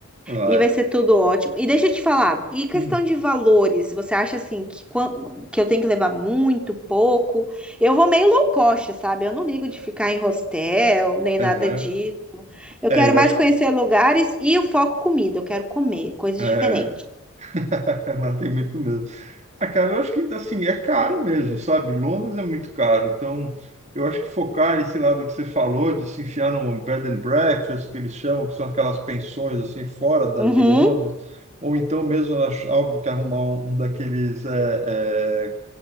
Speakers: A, on the right (about 30°); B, in the centre.
A: Vai.
B: e vai ser tudo ótimo. E deixa eu te falar, e questão
A: Hum.
B: de valores, você acha assim que, quan- que eu tenho que levar muito, pouco? Eu vou meio low cost, sabe? Eu não ligo de ficar em hostel, nem
A: Aham.
B: nada disso. Eu
A: É,
B: quero
A: eu
B: mais
A: acho.
B: conhecer lugares e o foco comida, eu quero comer coisas
A: é.
B: diferentes.
A: <laughs> Não tem muito mesmo. Ah, cara, eu acho que assim, é caro mesmo, sabe? Londres é muito caro. Então, eu acho que focar esse lado que você falou, de se enfiar num bed and breakfast, que eles chamam, que são aquelas pensões assim, fora daí
B: Uhum.
A: de Londres, ou então mesmo, acho- óbvio que arrumar um, um daqueles, é, é,